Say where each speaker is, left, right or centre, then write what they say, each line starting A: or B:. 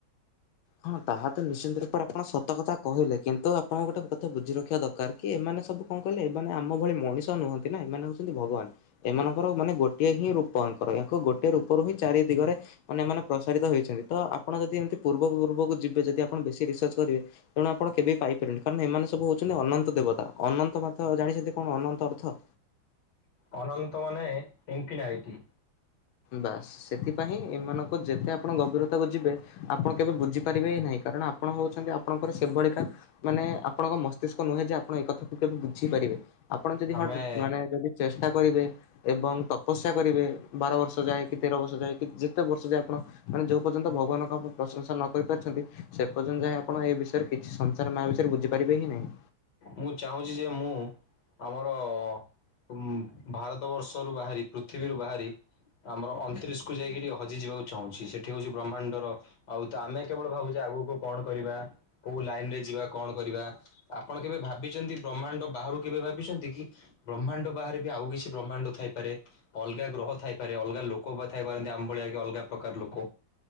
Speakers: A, on the left; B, on the left.
A: ହଁ ତାହା ତ ନିଶ୍ଚିନ୍ତ ରୂପରେ ଆପଣ ସତ କଥା କହିଲେ କିନ୍ତୁ ଆପଣ ଗୋଟେ କଥା ବୁଝି ରଖିବା ଦରକାର କି ଏମାନେ ସବୁ କଣ କହିଲେ ଏମାନେ ଆମ ଭଳି ମଣିଷ ନୁହଁନ୍ତି ନା ଏମାନେ କିନ୍ତୁ ଭଗବାନ ଏମାନଙ୍କ ଧର ମାନେ ଗୋଟିଏ ହିଁ ରୂପ ୟାଙ୍କର ୟାଙ୍କ ଗୋଟଏ ରୂପରୁ ହିଁ ଚାରି ଦିଗରେ ମାନେ ମାନେ ପ୍ରସାରିତ ହେଇଛନ୍ତି ତ ଆପଣ ଯଦି ଏମିତି ପୂର୍ବ ପୂର୍ବକୁ ଯିବେ ଯଦି ଆପଣ ବେଶ ରିସର୍ଚ୍ଚ କରିବେ ତେଣୁ ଆପଣ କେବେ ବି ପାଇ ପାରିବେନି କାରଣ ଏମାନେ ସବୁ ହଉଛନ୍ତି ଅନନ୍ତ ଦେବତା ଅନନ୍ତ ମଧ୍ୟ୍ୟ ଜାଣିଛନ୍ତି କଣ ଅନନ୍ତ ଅର୍ଥ।
B: ଅନନ୍ତ ମାନେ ଇନଫିନାଇଟି
A: ବାସ୍ ସେଥିପାଇଁ ଏମାନଙ୍କ ଯେତେ ଆପଣ ଗଭୀରତାକୁ ଯିବେ ଆପଣ କେବେ ବୁଝି ପାରିବେ ହି ନାଇଁ କି କାରଣ ଆପଣ ହଉଛନ୍ତି ଆପଣଙ୍କର ସେଭଳିିକା ମାନେ ଆପଣଙ୍କ ମସ୍ତିଷ୍କ ନୁହେଁ ଯେ ଆପଣ ଏ କଥାକୁ କେବେ ବୁଝିପାରିବେ ଆପଣ ଯଦି
B: ଆମେ
A: ହଁ--ମାନେ ଯଦି ଚେଷ୍ଟା କରିବେ ଏବଂ ତପସ ଅପେକ୍ଷା କରିବେ ବାର ବର୍ଷ ଯାଏ କି ତେର ବର୍ଷ ଯାଏ ଯେତେ ବର୍ଷ ଯାଏ ଆପଣ ମାନେ ଯୋଉ ପର୍ଯ୍ୟନ୍ତ ଭଗାନଙ୍କଣ ପ୍ରଶଂସା ନ କରିପାରୁଛନ୍ତି, ସେ ପର୍ଯ୍ୟନ୍ତ ଯାଏଁ ଆପଣ ଏ ବିଷୟରେ କିଛି ସଂସାର ମାୟା ବିଷୟରେ ବୁଝିପାରିବେ ହିଁ ନାହିଁ।
B: ମୁଁ ଚାହୁଁଛି ଯେ ମୁଁ ଆମରଅଅ ଉମ୍ ଭାରତବର୍ଷରୁୁ ବାହାରି ପୃଥିବୀରୁୁ ବାହାରି ଆମର ଅଣତିରିଶକୁ ଯାଇକି ଟିକେ ହଜିଯିବାକୁ। ଚାହୁଁଛି ସେଠି ହଉଛି ବ୍ରହ୍ମାଣ୍ଡର ଆଉ ତ ଆମେ କେବଳ ଭାବୁ ଆଗକୁ କଣ କରିବା କୋଉ ଲାଇନରେ ଯିବା କଣ କରିବା। ଆପଣ କେବେ ଭାବିଚନ୍ତି? ବ୍ରହ୍ମାଣ୍ଡ ବାହାରୁ କେବେ ଭାବିଛନ୍ତି କି? ବ୍ରହ୍ମାଣ୍ଡ ବାହାରେ। ଆଉ କିଛି ବ୍ରହ୍ମାଣ୍ଡ ଥାଇପାରେ ଅଲଗା ଗ୍ରହ ଥାଇ ଆରେ ଅଲଗା ଲୋକ ପା ଥାଇ ପାଇ ପାରନ୍ତି ଆମ୍ ଭଳିଆ ‌ହେଇକି ଅଲଗା। ପ୍ରକାର ଲୋକ